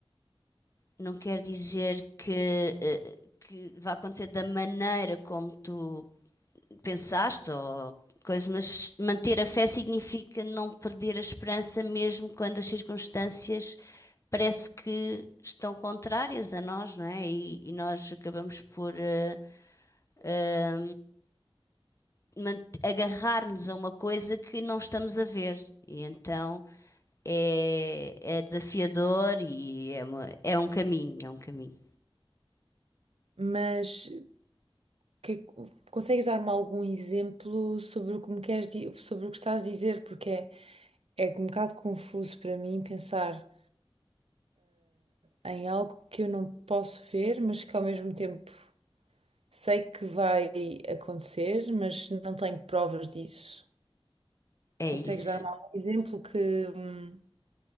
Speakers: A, on the left; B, on the right.
A: não quer dizer que, eh, que vai acontecer da maneira como tu pensaste ou coisa, mas manter a fé significa não perder a esperança mesmo quando as circunstâncias parece que estão contrárias a nós, não é? E, e nós acabamos por eh, eh, man- agarrar-nos a uma coisa que não estamos a ver. E então é, é desafiador e é, uma- é um caminho, é um caminho.
B: Mas, que- consegues dar-me algum exemplo sobre o que me queres, di- sobre o que estás a dizer? Porque é, é um bocado confuso para mim pensar em algo que eu não posso ver, mas que ao mesmo tempo sei que vai acontecer, mas não tenho provas disso.
A: É
B: Consegues
A: isso.
B: dar-me algum exemplo que, hum,